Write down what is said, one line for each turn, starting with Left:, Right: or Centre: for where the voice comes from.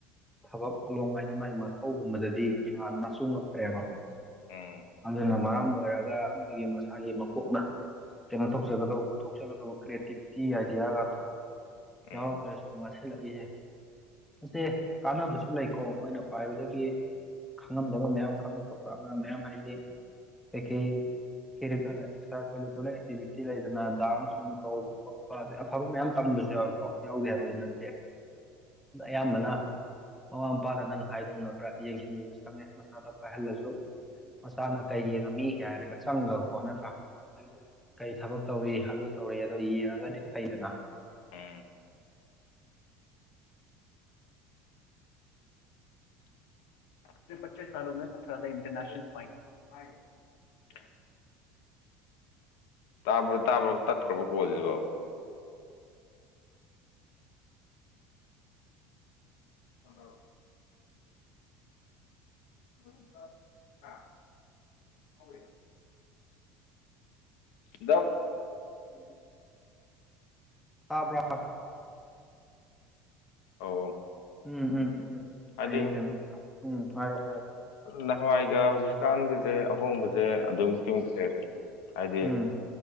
Centre: ꯊꯕꯛ ꯀꯨꯂꯣꯝ ꯍꯥꯏꯗꯤ ꯃꯥꯏ ꯃꯊꯧꯒꯨꯝꯕꯗꯥꯗꯤ ꯀꯤꯌꯥ ꯅꯆꯨꯡꯉꯛꯇ꯭ꯔꯦꯕ
Left: ꯎꯝ
Centre: ꯑꯗꯨꯅ ꯃꯔꯝ ꯑꯣꯏꯔꯒꯥ ꯃꯣꯏꯒꯤ ꯃꯁꯥꯒꯤ ꯃꯀꯣꯛꯅ ꯀꯩꯅꯣ ꯇꯧꯖꯒꯥꯗꯕ ꯊꯣꯛꯆꯒꯥꯗꯕ ꯀ꯭ꯔꯤꯌꯦꯇꯤꯚꯤꯇꯤ ꯑꯥꯏꯗꯤꯌꯥꯒꯥꯇꯣ
Left: ꯎꯝ
Centre: ꯌꯥꯎꯔꯛꯇ꯭ꯔꯦ ꯁꯨꯝ ꯋꯥꯁꯤꯜꯂꯛꯏꯌꯦ ꯃꯥꯁꯕꯤ ꯀꯥꯟꯅꯕꯁꯨ ꯂꯩꯀꯣ ꯃꯣꯏꯅ ꯄꯥꯏꯕꯗꯥꯒꯤ ꯈꯪꯉꯝꯗꯥꯕ ꯃꯌꯥꯝ ꯈꯪꯕ ꯈꯣꯠꯄ ꯑꯉꯥꯡ ꯃꯌꯥꯝ ꯍꯥꯏꯗꯤ ꯀꯩ ꯀꯩ ꯀꯦꯔꯛ ꯑ ꯑꯦꯛꯁꯇ‍꯭ꯔꯥ ꯀꯔꯤꯀꯨꯂꯝ ꯑꯦꯛꯇꯤꯕꯤꯇꯤ ꯂꯩꯗꯅ ꯗꯥꯡ ꯁꯨꯝ ꯇꯧꯕ ꯈꯣꯠꯄ ꯑꯗꯩ ꯑꯐꯕ ꯃꯌꯥꯝ ꯇꯝꯕꯖꯨ ꯌꯥꯎꯏꯀꯣ ꯌꯥꯎꯗꯦ ꯍꯥꯏꯕꯗꯤ ꯅꯠꯇꯦ ꯑꯌꯥꯝꯕꯅ ꯃꯃꯥ ꯃꯄꯥꯅ ꯅꯪ ꯍꯥꯏꯗꯣꯡꯅꯕ‍꯭ꯔꯥ ꯌꯦꯡꯁꯤꯟꯕꯤꯕꯁꯨ ꯆꯪꯉꯦ ꯃꯁꯥꯗ ꯄꯥꯏꯍꯜꯂꯁꯨ ꯃꯆꯥꯅ ꯀꯩ ꯌꯦꯡꯉꯝꯃꯤ ꯀꯥꯏꯅꯒ ꯆꯪꯒ꯭ꯔꯕꯀꯣ ꯅꯠꯇ꯭ꯔꯥ ꯀꯩ ꯊꯕꯛ ꯇꯧꯔꯤ ꯑꯗꯨ ꯇꯧꯔꯤ ꯑꯗꯣ ꯌꯦꯡꯉꯒꯗꯤ ꯐꯩꯗꯅ
Left: ꯎꯝ <unintelligible> ꯇꯥꯕ꯭ꯔ ꯇꯥꯕ꯭ꯔꯣ ꯇꯠꯈ꯭ꯔꯕ ꯀꯣꯜꯖꯤꯕꯣ ꯑ ꯑ <unintelligible> ꯗꯞ
Centre: ꯎꯝ <inaudible> ꯇꯥꯕ꯭ꯔꯥ
Left: ꯑꯧ ꯑꯣ
Centre: ꯎꯝ ꯎꯝ ꯎꯝ
Left: ꯍꯥꯏꯗꯤ
Centre: ꯑꯩ ꯀꯩꯅꯣ ꯇꯧ ꯎꯝ ꯍꯥꯏꯔꯣ ꯍꯥꯏꯔꯣ
Left: ꯅꯍꯥꯟꯋꯥꯏꯒ ꯍꯧꯖꯤꯛꯀꯥꯟꯒꯁꯦ ꯑꯍꯣꯡꯕꯁꯦ ꯑꯗꯨꯀꯤꯃꯇꯤꯛ ꯂꯩꯔꯦ ꯍꯥꯏꯗꯤ
Centre: ꯎꯝ